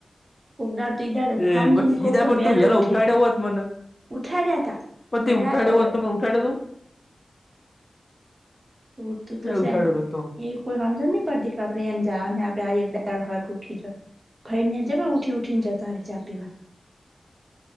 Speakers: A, on the right; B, on the left.
A: કોક દાળ તો ઈ ડડે
B: એ
A: સમમજીને
B: બસ
A: કોક
B: ઈદા
A: તો
B: પર
A: વહેલું
B: તું વેલો
A: ઉઠે!
B: ઉઠાડ્યો હોત મને
A: ઉઠાડ્યા તા
B: પતિ
A: હ ર્યાદો
B: ઉઠાડ્યો
A: હવે.
B: હોત તો મને ઉઠાડ્યો તો
A: ઉતું તોશે
B: એ ઉઠાડ્યો હતો
A: એક કોઈ સમજણ ન પડતી કે આપડે એ જાન હે આપડે એક હ ઉઠી જ, <unintelligible> વા ઉઠી ઉઠી ને જતા ર ચા પીવા.